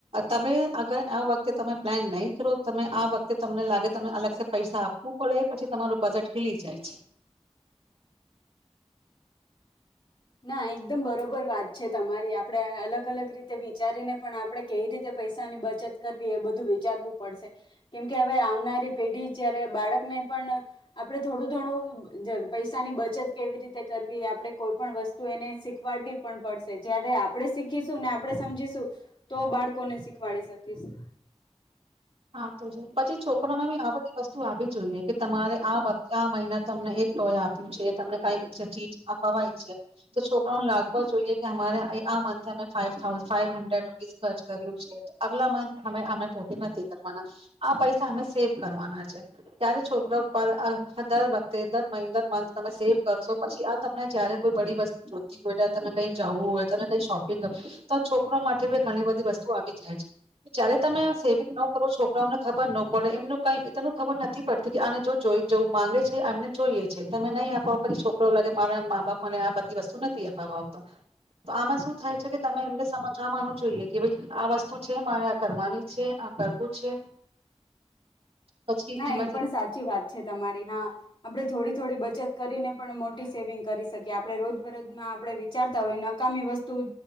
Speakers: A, on the right; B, on the left.
A: તમે અગર આ વખતે તમે પ્લાન નહીં કરો તમે આ વખતે તમને લાગે ત અલગ પૈસા આપવું પડે પછી તમારું બજેટ ખીલી જાય છે.
B: ના એકદમ બરોબર વાત છે તમારી આપડે અલગ અલગ રીતે વિચારીને પણ આપડે કેવી રીતે પૈસાની બચત કર વી બધું વિચારવું પડશે કેમકે હવે આવનારી પેઢી જયારે બાળકને પણ આપણે થોડું થોડું જ પૈસાની બચત કેવી રીતે કરવી આપણે કોઈ પણ વસ્તુ એને શીખવાડવી પણ પડશે જયારે આપણે શીખીશું ને આપણે સમજીશું તો બાળકોને શીખવાડી શકીશું.
A: હા, તો જ પછી છોકરામાં બી આધી વસ્ત તું આવી જોઈએ કે તમારે આ વખત આ મહિના તમને એક ટોય આપ્યું છે, તમને કઈ સ ચીજ અપાવામાં આયી છે તો છોકરાઓ ને લાગવા જોઈએ, કે અમારે ઈ આ મંથે અમે ફાવ થાઉ ફાવ હન્ડ્રેડ રૂપીસ ખર્ચ કર્યું છે, તો આગલા મંથ અમે અમે પોતી નથી. કરવા આ પૈસા અમે સેવ કરવાના છે ત્યારે છોકરા ઉપ દર વખતે દર મહિ દર મથ તમે સેવ કરશો પછી આ તમને જયારે કોઈ બડી વસ્તુ જોતી હોય ત તમે કઈ જવું હોય તમે કઈ શોપિંગ હો તો આ છોકરો માટે ઘણી બધી વસ્તુ આવી જાય છે જયારે તમે સે છોકરોમને ખબર ન પડે એમનું કઈનું ખબર નથી પડતી કે આ જો જોઈ જેવું માંગે છે એમને જોઈએ છે તમે નહીં આપો પછી છોકરા લાગે મારા મા બાપ મને આ બધી વસ્તુ નથી આપવા આવતા તો આમાં શું થાય છે કે તમે એમને સમજાવવાનું જોઈએ કે ભાઈ આ વસ્તુ છે મારે આ કરવાની છે કરવું છે પછી
B: ના
A: એમાં
B: એ પણ સાચી વાત છે તમારી હા આપણે થોડી થોડી બચત કરીને પણ મોટી સેવિંગ કરી શકીએ આપણે રોજબરોજમાં આપણે વિચારતા હોય નકામી વસ્તુ